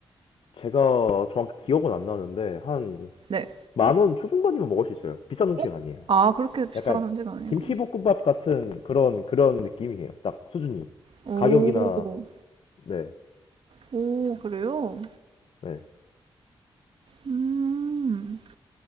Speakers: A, on the left; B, on the right.
A: 제가 정확히 기억은 안 나는데 한
B: 네.
A: 만 원 초중반이면 먹을 수 있어요. 비싼 음식은
B: 어?
A: 아니에요.
B: 아, 그렇게 비싼
A: 약간
B: 음식 아니고.
A: 김치볶음밥 같은 그런 그런 느낌이에요. 딱 수준이.
B: 오,
A: 가격이나 네,
B: 오, 그래요?
A: 네,
B: 음,